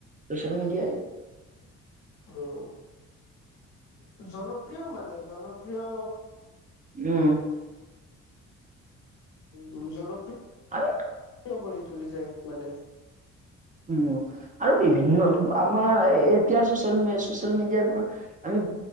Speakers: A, on the right (about 25°); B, on the left (about 80°).
A: চোচিয়েল মিডিয়াই
B: উ জনপ্ৰিয় মানে জনপ্ৰিয়
A: উম'।
B: জনপ্ৰিয়
A: আৰু
B: কিয়, কৰি তুলিছে মানে।
A: উম আৰু বিভিন্ন আমাৰ এতিয়া চচিয়েল চচিয়েল মিডিয়াৰ পৰা আমি